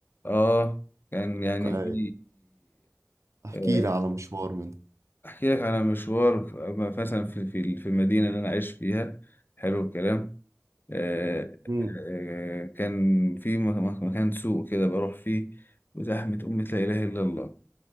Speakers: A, on the left (about 40°); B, on the right (about 70°).
A: اه كان يعني
B: أي.
A: في
B: احكي
A: آه،
B: لي على مشوار منه
A: احكي لك على مشوار في- مثلا في في في المدينه اللي انا عايش فيها حلو الكلام آه،
B: امم
A: آه، آه، كان في م- م- مكان سوق كده بروح فيه وزحمه امي لا اله الا الله